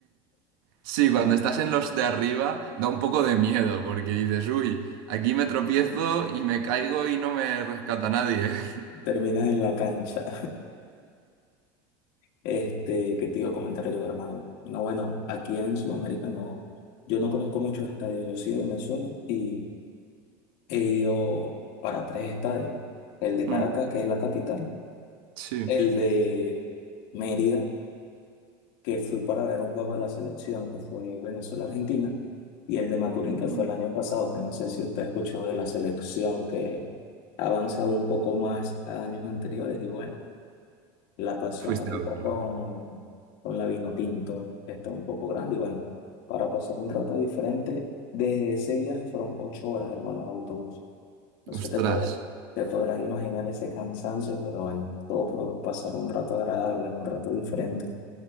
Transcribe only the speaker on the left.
<laughs> Terminas en la cancha. Este, ¿qué te iba a comentar yo, hermano? No, bueno, aquí en Sudamérica no, yo no conozco muchos estadios. Yo soy de Venezuela y he ido para tres estadios. El de Caracas,
que es la capital.
el de Mérida, que fui para ver un juego de la selección, que fue Venezuela-Argentina, y el de Maturín, que fue
el año pasado, que no sé si usted ha escuchado de la selección, que ha avanzado un poco más a años anteriores, y bueno, la pasión
ahorita
con, con la vino tinto está un poco grande, y bueno, para pasar un rato diferente, desde ese viaje fueron ocho horas, hermano, en autobús. No sé,
te podrás, te podrás imaginar ese cansancio, pero bueno, todo por pasar un rato agradable, un rato diferente.